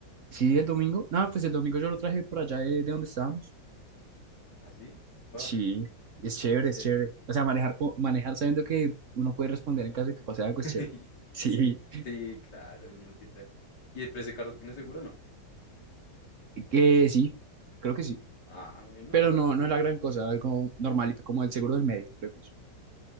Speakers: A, on the right; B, on the left.
A: Sí, el domingo. No, pues el domingo yo lo traje por allá de, de donde estábamos.
B: ¿Así? Upa,
A: Sí, es chévere,
B: severo.
A: es chévere. O sea, manejar, co- manejar sabiendo que uno puede responder en caso de que pase algo es
B: <laughs>
A: chévere. <laughs>
B: Sí,
A: Sí,
B: sí, claro, uno siempre. ¿Y el precio de carro tiene seguro o no?
A: y que sí, creo que sí.
B: Ah, bueno,
A: Pero no, no es la gran cosa, algo normalito como el seguro del medio, creo que es.